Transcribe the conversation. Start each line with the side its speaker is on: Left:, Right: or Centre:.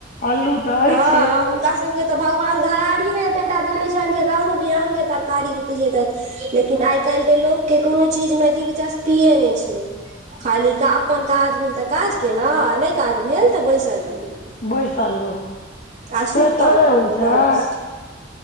Left: अल्लू तऽ अइछे
Right: हँ हुनका सबके त भगवान घरारियो एतटा देने छैन जे, रंग बिरंग के तरकारी उपजेतैथ। लेकिन आइ काल्हिके लोकके, कोनो चीज मे दिलचस्पीए नहि छै। खाली अपन काज भेल तऽ काज केलहुँ, आ नहि काज भेल तऽ बैसल रहलौ।
Left: बैसल रहू।
Right: आ सुतल
Left: से थोड़े
Right: रहलौं
Left: होइ छै
Right: बस